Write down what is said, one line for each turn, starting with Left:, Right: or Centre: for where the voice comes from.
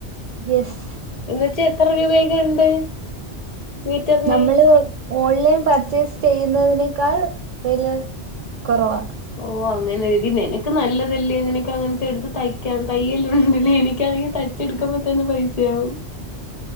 Right: യെസ്
Left: എന്നച്ച എത്ര രൂപയൊക്കെ ഉണ്ട് മീറ്ററിന്
Right: നമ്മള് ഓൺലൈൻ പർച്ചേസ് ചെയ്യുന്നതിനേക്കാൾ വെല കൊറവാ
Left: ഓഹ് അങ്ങനെ എടി നിനക്ക് നല്ലതല്ലേ നിനങ്ങനത്തെ എടുത്ത് തയ്ക്കാൻ തയ്യെ <unintelligible> എനിക്കാണങ്കി ത ച്ചേടുക്കമ്പത്തന്നെ പൈസയാവും